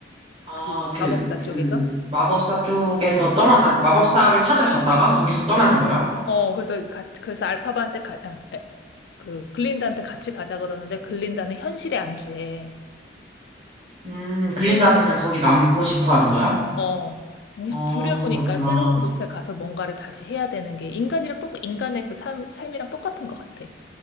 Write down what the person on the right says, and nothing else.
아,
그,
그,
마법사 쪽에서 떠나, 아, 마법사를 찾으러 갔다가 거기서 떠나는 거야?
음, 글린다는
그냥 거기 남고 싶어 하는 거야?
아,
그렇구나.